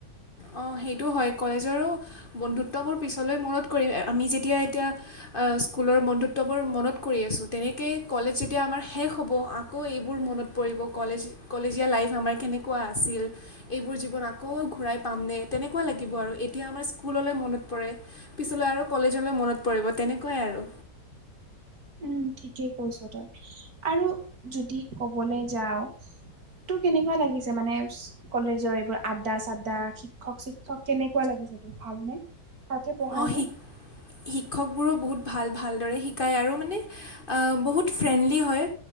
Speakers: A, on the left (about 35°); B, on the right (about 60°).
A: অ' সেইটো হয়, কলেজৰো বন্ধুত্ববোৰ পিছলৈ মনত কৰিম আমি যেতিয়া এতিয়া আ, স্কুলৰ বন্ধুত্ববোৰ মনত কৰি আছোঁ। তেনেকেই কলেজ যেতিয়া আমাৰ শেষ হ'ব আকৌ এইবোৰ মনত পৰিব, কলেজ কলেজীয়া লাইফ আমাৰ কেনে কুৱা আছিল, এইবোৰ জীৱন আকৌ ঘূৰাই পামনে তেনেকুৱা লাগিব আৰু এতিয়া আমাৰ স্কুললৈ মনত পৰে। পিছলৈ আৰু কলেজলৈ মনত পৰিব, তেনেকুৱাই আৰু।
B: উম, ঠিকেই কৈছ তই, আৰু যদি কবলৈ যাওঁ তোৰ কেনেকুৱা লাগিছে মানে কলেজৰ এইবোৰ আড্ডাৰ চাড্ডা, শিক্ষক চিক্ষক কেনেকুৱা লাগিছে তোৰ ভালনে? তাকে পঢ়াই
A: অঁ শিক
B: নে?
A: শিক্ষকবোৰো বহুত ভাল, ভালদৰে শিকায় আৰু মানে বহুত ফ্ৰেণ্ডলি হয়,